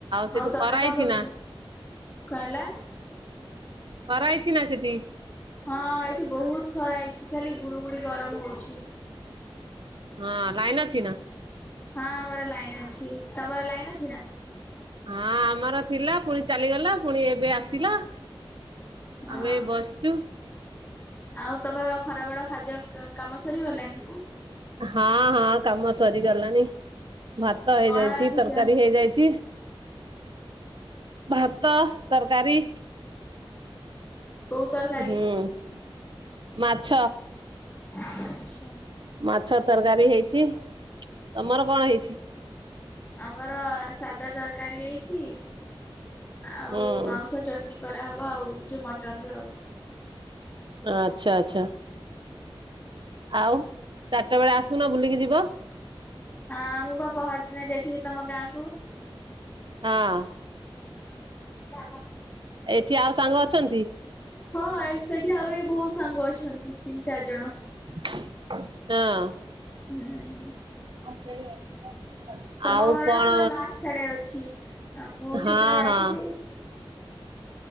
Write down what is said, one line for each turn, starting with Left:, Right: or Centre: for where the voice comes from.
Right: ସେଠି
Left: ଆଉ ତମେ
Right: ଖରା ହେଇଛି
Left: କଣ କରୁଛ?
Right: ନା
Left: କଣ ହେଲା?
Right: ଖରା ହେଇଛି ନା ସେଠି।
Left: ହଁ ଏଠି ବହୁତ ଖରା ହେଇଛି। ଖାଲି ଗୁଳୁଗୁଳି ଗରମ ହଉଛି।
Right: ହଁ ଲାଇନ ଅଛି ନା।
Left: ହଁ ଆମର ଲାଇନ୍ ଅଛି, ତମର ଲାଇନ ଅଛି ନା?
Right: ହଁ ଆମର ଥିଲା, ପୁଣି ଚାଲିଗଲା ପୁଣି ଏବେ ଆସିଲା।
Left: ଅ
Right: ଆମେ
Left: ହଁ।
Right: ବସିଛୁ।
Left: ଆଉ ତମର ଖରା ବେଳ ଖାଦ୍ୟ କ କାମ ସରିଗଲାଣି।
Right: ହଁ ହଁ କାମ ସରିଗଲାଣି। ଭାତ ହେଇଯାଇଛି
Left: କଣ ରାନ୍ଧିଛ?
Right: ତରକାରୀ ହେଇଯାଇଛି। ଭାତ ତରକାରୀ।
Left: କୋଉ ତରକାରି?
Right: ହୁଁ ମାଛ
Left: ଆଛା।
Right: ମାଛ ତରକାରୀ ହେଇଛି। ତମର କଣ ହେଇଛି?
Left: ଆମର ସାଧା ତରକାରୀ ହେଇଛି ଆଉ
Right: ହୁଁ
Left: ମାଉସ ଚଟ ଟନି କରାହବ ଆଉ ଯୋଉ ମଟନର ଆଉ।
Right: ଆଚ୍ଛା ଆଚ୍ଛା। ଆଉ ଚାରିଟା ବେଳେ ଆସୁନ ବୁଲିକି ଯିବ।
Left: ହଁ ମୁଁ ବା ପହର ଦିନ ଯାଇଥିଲି ତମ ଗାଁ କୁ।
Right: ହଁ।
Left: ହଁ।
Right: ଏଠି ଆଉ ସାଙ୍ଗ ଅଛନ୍ତି।
Left: ହଁ ସେଠି ଆହୁରି ବହୁତ ସାଙ୍ଗ ଅଛନ୍ତି ତିନି ଚାରି ଜଣ।
Right: ହଁ।
Left: ହୁଁ।
Right: <unintelligible>
Left: ତମ ଘର
Right: କଣ
Left: ଟା ପୁରା ଲାଷ୍ଟ ଆଡେ ଅଛି। ଆ ମୁଁ
Right: ହଁ
Left: ସେଦିନ ଯାଇଥିଲି
Right: ହଁ